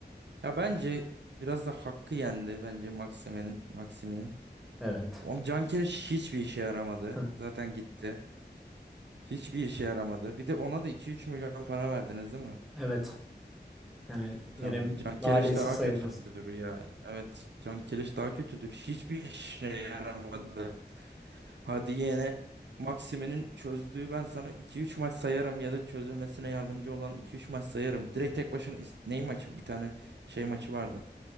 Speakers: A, on the right; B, in the centre.
A: Ya bence biraz da hakkı yendi bence Maximen'in Maximin'in.
B: Evet.
A: O Cankeleş hiçbir işe yaramadı.
B: <laughs>
A: Zaten gitti. Hiçbir işe yaramadı. Bir de ona da iki üç milyon para verdiniz değil mi?
B: Evet. Yani
A: Tamam.
B: yine
A: Can
B: maliyeti
A: Keleş daha
B: sayılmaz.
A: kötüdür ya. Evet. Can Keleş daha kötüdür. Hiçbir işine yaramadı. Hadi yine Maxime'nin çözdüğü ben sana iki üç maç sayarım ya da çözülmesine yardımcı olan iki üç maç sayarım. Direkt tek başına is- ney maçı? Bir tane şey maçı vardı.